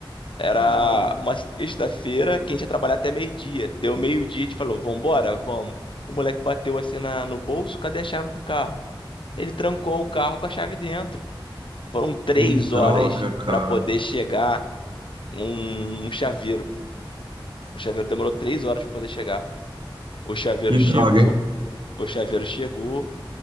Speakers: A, on the left; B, on the right.
A: Era
B: Ah,
A: uma sexta-feira que a gente ia trabalhar até meio-dia. Deu meio-dia, a gente falou, vambora, vamos. O moleque bateu assim na, no bolso, cadê a chave do carro? Ele trancou o carro com a chave dentro. Foram três
B: que droga,
A: horas
B: cara.
A: pra poder chegar um, um chaveiro. O chaveiro demorou três horas pra poder chegar. O chaveiro
B: Que
A: chegou,
B: droga, hein?
A: o chaveiro chegou,